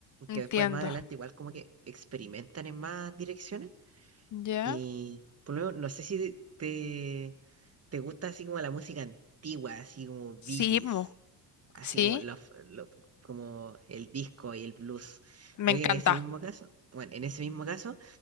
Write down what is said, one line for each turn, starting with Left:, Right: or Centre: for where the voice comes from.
Left: Entiendo.
Right: Que después más adelante igual como que experimentan en más direcciones.
Left: ¿Ya?
Right: Y por lo menos, no sé si te, te gusta así como la música antigua, así como Bee
Left: Sí,
Right: Gees,
Left: mo.
Right: así
Left: Sí,
Right: como, los- lo- como el disco y el blues.
Left: me
Right: Creo
Left: encanta.
Right: que en ese mismo caso, bueno, en ese mismo caso,